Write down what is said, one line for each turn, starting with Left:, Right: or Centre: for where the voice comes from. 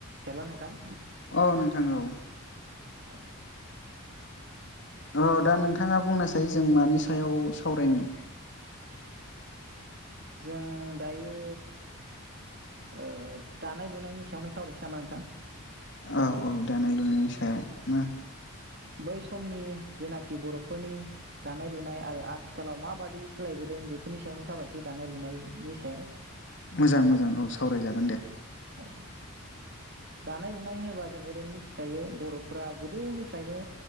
Right: हेल' नोंथां।
Left: अ' नोंथां औ।
Right: औ।
Left: अ' दा नोंथाङा बुंनोसै जों मानि सायाव सावरायनो।
Right: जों दायो ओ दानाय लुनायनि सायावनो सावरायसै नामा नोंथां?
Left: औ औ। दानाय लुनायनि सायाव ना।
Right: बै समनि जेनाखि बर'फोरनि दानाय लुनाय आरो आथि खालाव माबादि सोलायबोदों बेफोरनि सायावनो सावरायसै दानाय लुनायनि सायाव।
Left: मोजां मोजां औ सावरायजागोन दे।
Right: औ दानाय लुनाय होनोबा जों ओरैनो मिथिखायो बर'फोरा गोदोनिफ्रायनो